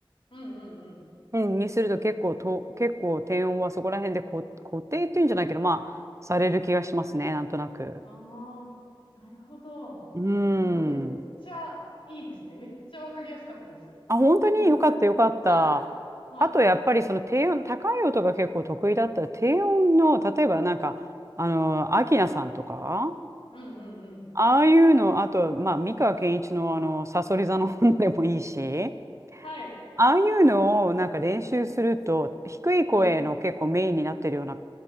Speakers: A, on the left; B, on the right.
A: うんうん
B: うん、にすると結構と、
A: うん
B: 結構低音はそこら辺でこ固定っていうんじゃないけど、まあ、される気がしますね、なんとなく。
A: ああ、なるほど。
B: うーん。
A: なんかめっちゃいいですね。めっちゃわかりやすかったです。
B: あ、本当によかったよかった。
A: <laughs> はい。はい。
B: あとやっぱりその低音、高い音が結構得意だったら、低音の、例えばなんか、あの、アキナさんとか、
A: うんうんうん。
B: ああいうの、あと、まあ、三川憲一のあの、さそり座の本でもいいし、
A: はい。
B: ああいうのをなんか練習すると、低い声の結構メインになってるような
A: うん。